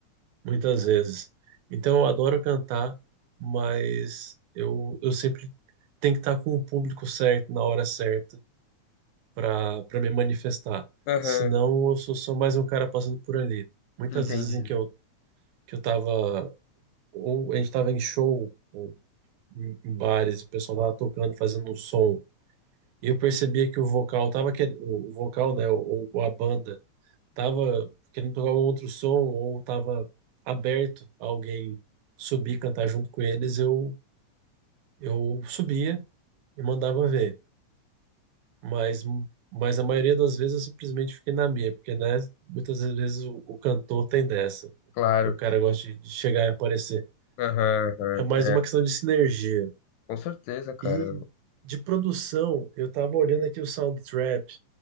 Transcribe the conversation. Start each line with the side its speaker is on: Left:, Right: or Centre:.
Right: muitas vezes. Então eu adoro cantar, mas eu, eu sempre tenho que estar com o público certo na hora certa para para me manifestar.
Left: Aham,
Right: Senão eu sou só mais um cara passando por ali. Muitas
Left: entendi.
Right: vezes em que eu que eu tava ou a gente tava em show ou em em bares, o pessoal tava tocando, fazendo um som, e eu percebia que o vocal tava que o vocal, né, ou, ou a banda tava querendo tocar um outro som ou tava aberto a alguém subir e cantar junto com eles, eu, eu subia e mandava ver. Mas, mas a maioria das vezes eu simplesmente fiquei na minha, porque né, muitas vezes o, o cantor tem dessa.
Left: Claro.
Right: O cara gosta de, de chegar e aparecer.
Left: Aham, aham.
Right: É mais
Left: É,
Right: uma questão de sinergia.
Left: com certeza, cara.
Right: E de produção, eu tava olhando aqui o Soundtrap.